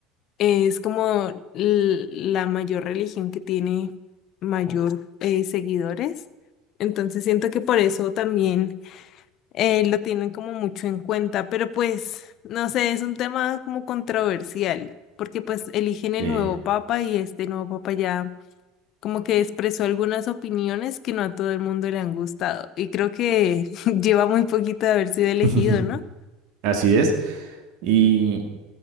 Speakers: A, on the left; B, on the right.
A: es como l- la mayor religión que tiene mayor eh, seguidores. Entonces siento que por eso también eh, lo tienen como mucho en cuenta, pero pues no sé, es un tema como controversial, porque pues eligen el
B: Sí.
A: nuevo papa y este nuevo papa ya como que expresó algunas opiniones que no a todo el mundo le han gustado. Y creo que <laughs> lleva muy poquito de haber sido elegido,
B: <laughs>
A: ¿no?
B: Así es. Y